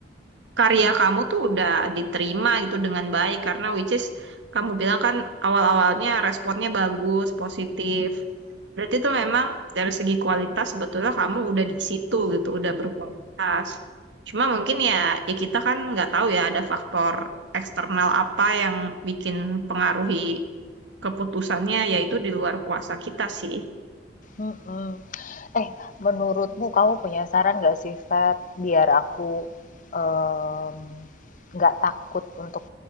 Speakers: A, on the right; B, on the left.
A: karya kamu tuh udah diterima gitu dengan baik karena which is kamu bilang kan awal-awalnya responnya bagus, positif. Berarti itu memang dari segi kualitas sebetulnya kamu udah di situ gitu, udah berkualitas. Cuma mungkin ya ya kita kan nggak tahu ya ada faktor eksternal apa yang bikin pengaruhi keputusannya yaitu di luar kuasa kita sih.
B: Mhm. Eh, menurutmu kamu punya saran nggak sih, Feb, biar aku em, nggak takut untuk